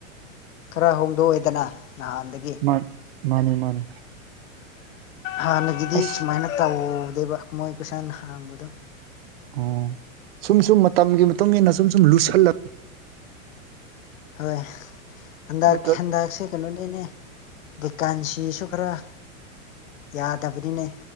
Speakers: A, on the left; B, on the right.
A: ꯈꯔ ꯍꯣꯡꯗꯣꯛꯑꯦꯗꯅ ꯅꯍꯥꯟꯗꯒꯤ ꯫
B: <unintelligible> ꯃꯥꯅꯦ ꯃꯥꯅꯦ
A: ꯍꯥꯟꯅꯒꯤꯗꯤ
B: ꯑꯁ
A: ꯁꯨꯃꯥꯏꯅ ꯇꯧꯗꯦꯕ ꯃꯣꯏ ꯀꯣꯏꯁꯟ ꯍꯪꯕꯗꯣ꯫
B: ꯑꯣ ꯁꯨꯝ ꯁꯨꯝ ꯃꯇꯝꯒꯤ ꯃꯇꯨꯡ ꯏꯟꯅ ꯁꯨꯝ ꯁꯨꯝ ꯂꯨꯁꯜꯂꯛ
A: ꯍꯣꯏ ꯍꯟꯗꯛ
B: ꯅꯠꯇ꯭ꯔ
A: ꯍꯟꯗꯛꯁꯦ ꯀꯩꯅꯣꯅꯤꯅꯦ ꯚꯦꯀꯥꯟꯁꯤꯁꯨ ꯈꯔ ꯌꯥꯗꯕꯅꯤꯅꯦ꯫